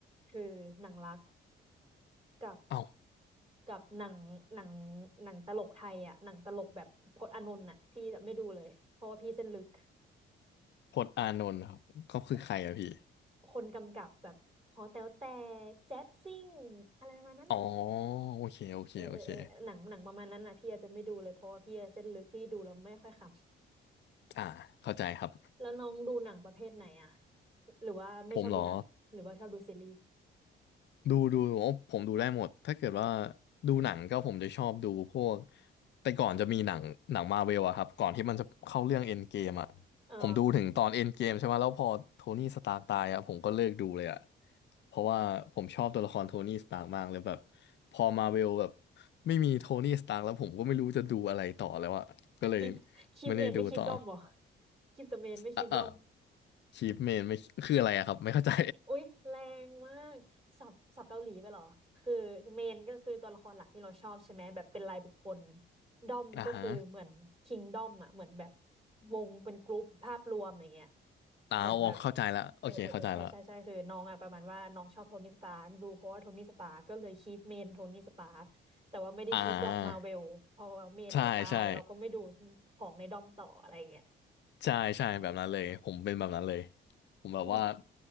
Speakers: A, on the right; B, on the left.
A: คือหนังรักกับ
B: เอ้า
A: กับหนังหนังหนังตลกไทยอ่ะหนังตลกแบบพจน์อานนท์อ่ะพี่จะไม่ดูเลยเพราะว่าพี่เส้นลึก
B: พจน์อานนท์ครับเขาคือใครอะพี่
A: แบบคนกำกับแบบหอแต๋วแตกแจ๊สซิ่งอะไรประมาณนั้นอ่ะ
B: อ๋อโอเคโอเคโอเค
A: เออเออเออหนังหนังประมาณนั้นอ่ะพี่อาจจะไม่ดูเลยเพราะว่าพี่เส้นลึกพี่ดูแล้วไม่ค่อยข
B: อ่าเข้าใจครับ
A: ำแล้วน้องดูหนังประเภทไหนอ่ะหรือว่าไม่ชอบดูหนังหรือว่าชอบดูซีรีส์
B: ผมเหรอ ดูดูโอ้ผมดูได้หมดถ้าเกิดว่าดูหนังก็ผมจะชอบดูพวกแต่ก่อนจะมีหนังหนังมาเวลอะครับก่อนที่มันจะเข้าเรื่องเอ็นเกมอะ
A: อ๋อ
B: ผมดูถึงตอนเอ็นเกมใช่ไหมแล้วพอโทนี่สตาร์กตายอะผมก็เลิกดูเลยอะเพราะว่าผมชอบตัวละครโทนี่สตาร์กมากเลยแบบพอมาเวลแบบไม่มีโทนี่สตาร์กแล้วผมก็ไม่รู้จะดูอะไรต่อแล้วอะก็เลย
A: คลิปคลิปเมนไม่คลิปด้อมเหรอ
B: ไม่ได้ดูต่อ
A: คลิปตัวเมนไม่คลิปด้อม
B: อ่ะอ่ะชีฟเมนไม่คืออะไรอะครับไม่เข้าใจ
A: อุ๊ยแรงมากสับสับเกาหลีไปเหรอคือเมนก็คือตัวละครหลักที่เราชอบใช่ไหมแบบเป็นรายบุคคลดอมก็คือเหมือนคิงดอมอ่ะเหมือนแบบ
B: <laughs> อ่าฮะ
A: วงเป็นกรุ๊ปภาพรวมอย่างเงี้ย
B: อ่าโอเข้าใจละโอเคเข้าใจละ
A: เหมือนแบบเออเออเออใช่ใช่ใช่คือน้องอ่ะประมาณว่าน้องชอบโทนี่สตาร์กดูเพราะว่าโทนี่สตาร์กก็เลยคีปเมนโทนี่สตาร์กแต่ว่าไม่ได้คีปดอมมาเวลพอเมนเราตายเราก็ไม่ดู
B: อ่าใช่ใช่
A: ของในดอมต่ออะไรเงี้ย
B: ใช่ใช่แบบนั้นเลยผมเป็นแบบนั้นเลยผมแบบว่า
A: อืม